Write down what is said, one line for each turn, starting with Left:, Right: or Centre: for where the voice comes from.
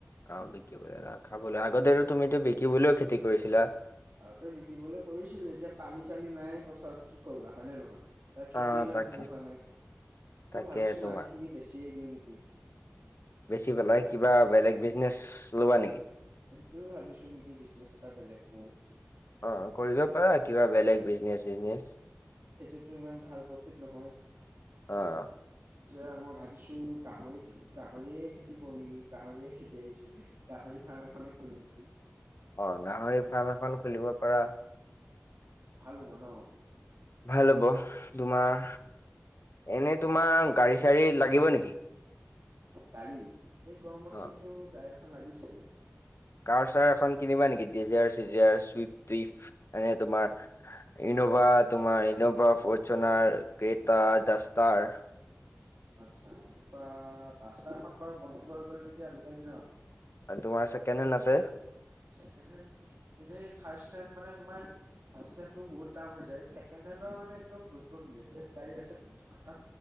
Left: অ' বিকিবলৈ ন খাবলৈ আগতে তুমিটো বিকিবলৈও খেতি কৰিছিলা।
Right: আগতেই বিকিবলৈ কৰিছিলোঁ। এতিয়া পানী চানী নাই পথাৰত কি কৰিবা হয় নে নহয়। এইবাৰ
Left: অ
Right: খেতিও ইমান
Left: তাকে
Right: ভাল হোৱা নাই
Left: তাকে
Right: মই ভাবিছোঁ
Left: তোমাৰ
Right: মাটি খিনি বেছিয়ে দিওঁ নিকি।
Left: বেছি পেলাই কিবা বেলেগ বিজনেছ লবা নেকি।
Right: সেইটোয়ে ভাবিছোঁ নিকি বিজনেচ এটা বেলেগ কৰোঁ।
Left: অ' কৰিব পাৰা কিবা বেলেগ বিজনেচ চিজনেচ।
Right: খেতিটো ইমান ভাল প্ৰফিট নহয়।
Left: অ'
Right: এতিয়া মই ভাবিছোঁ, গাহৰি খে গাহৰিয়ে খেতি কৰো নেকি গাহৰিয়ে খেতি আহিছে। গাহৰি ফাৰ্ম এখনে খোলো নেকি।
Left: অ' গাহৰি ফাৰ্ম এখন খুলিব পাৰা।
Right: ভাল হ'ব ন।
Left: ভাল হ'ব তোমাৰ এনে তোমাৰ গাড়ী চাড়ী লাগিব নিকি।
Right: গাড়ী, এই গৰমত
Left: অ
Right: কিন্তু গাড়ী এখন লাগিছিল।
Left: কাৰ চাৰ এখন কিনিবা নিকি ডিজাৰ চিজাৰ চুইফ টুইফ এনে তোমাৰ- ইনৌভা তোমাৰ ইনৌভা ফৰ্চোনাৰ ক্ৰেতা দাস্তাৰ
Right: আচ্ছা এনেকুৱা দাস্তাৰখন বাৰু বন্ধ হৈ গ'ল নিকি আজিকালি ন।
Left: তোমাৰ চেকেণ্ড হেন আছে।
Right: ছেকেণ্ড হেণ্ড এনেই ফাৰ্ষ্ট হেণ্ড মানে তোমাৰ- ফাৰ্ষ্ট হেণ্ডটো বহুত দাম হৈ যায় ছেকেণ্ড হেণ্ডৰ মানে একদম নতুন লেটেষ্ট গাড়ী আছে নিকি তোমাৰ তাত